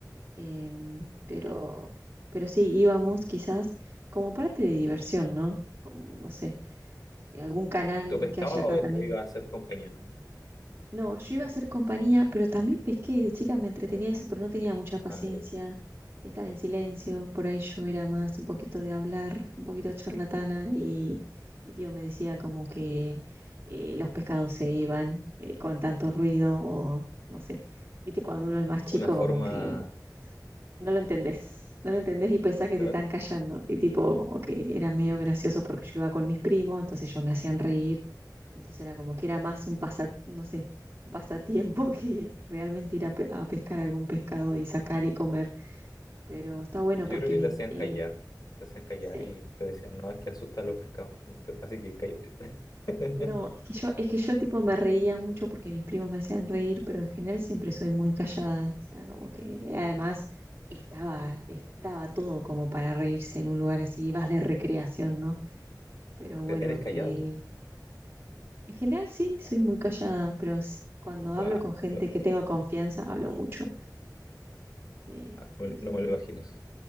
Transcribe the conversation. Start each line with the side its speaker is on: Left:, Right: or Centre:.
Right: em, pero, pero sí, íbamos quizás como parte de diversión, ¿no? Como, no sé, algún canal
Left: tú pescabas
Right: que haya acá
Left: o,
Right: también.
Left: o ibas a ser compañía, no?
Right: No, yo iba a hacer compañía, pero también pesqué, de chica me entretenía eso, pero no tenía mucha paciencia,
Left: Ah, ya.
Right: estar en silencio, por ahí yo era más un poquito de hablar, un poquito charlatana y mi tío me decía como que eh, los pescados se iban eh, con tanto ruido
Left: Sí.
Right: o no sé, viste, cuando uno es más chico
Left: Una forma.
Right: como que no lo entendés, no lo entendés y pensás que
Left: te
Right: te
Left: la-
Right: están callando y tipo, como que era medio gracioso porque yo iba con mis primos, entonces ellos me hacían reír entonces era como que era más un pasa, no sé, un pasatiempo <laughs> que realmente ir a, pe- a pescar algún pescado y sacar y comer. Pero está bueno
Left: Yo
Right: porque
Left: creo que
Right: mi,
Left: te hacían
Right: eh,
Left: callar. Te hacían callar
Right: sí.
Left: y te decían, no, es que asustan los pescados. ¿no? Pero- así que cállate. <laughs> Tranquila.
Right: No, es que yo, es que yo tipo me reía mucho porque mis primos me hacían reír, pero en general siempre soy muy callada. O sea, como que además estaba, estaba todo como para reírse en un lugar así, vas de recreación, ¿no? Pero bueno,
Left: Pero ¿Eres callado
Right: eh,
Left: tú?
Right: en general sí, soy muy callada, pero s- cuando
Left: Wow.
Right: hablo con gente
Left: No,
Right: que tengo confianza, hablo mucho. Eh, pero
Left: me no me lo imagino eso.